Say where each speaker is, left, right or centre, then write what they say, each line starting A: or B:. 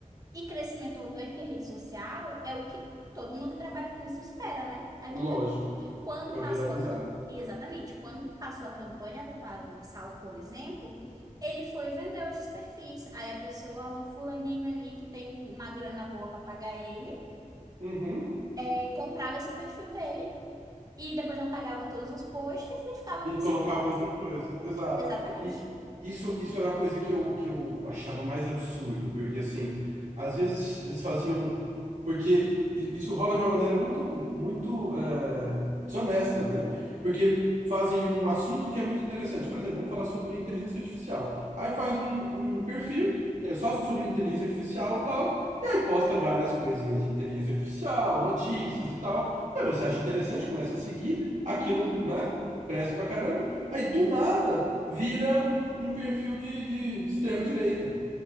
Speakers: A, on the right; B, on the right.
A: E crescimento orgânico em rede social é o que todo mundo que trabalha com isso espera, né? Aí o
B: lógico,
A: que que quando
B: pra
A: passou
B: viralizar.
A: a cam... Exatamente, quando passou a campanha do Pablo Marçal, por exemplo, ele foi e vendeu esses perfis. Aí a pessoa, o fulaninho ali que tem uma grana boa para pagar ele,
B: Uhum.
A: é, comprava esse perfil dele e depois apagava todos os posts e ficava
B: E
A: com os
B: colocava
A: seguidores.
B: outra coisa, exato.
A: Exatamente.
B: E isso, isso era uma coisa que eu, que eu achava mais absurdo, porque assim, às vezes eles faziam. Porque i- isso rola de uma maneira muito, muito eh, desonesta, né? Porque fazem um assunto que é muito interessante. Por exemplo, vamos falar sobre inteligência artificial. Aí faz um, um perfil que é só sobre inteligência artificial e tal, e aí posta várias coisinhas de inteligência artificial, notícias e tal. Aí você acha interessante, começa a seguir aquilo,
A: Uhum.
B: né? Cresce pra caramba. Aí do nada vira um, um perfil de, de, de extrema direita.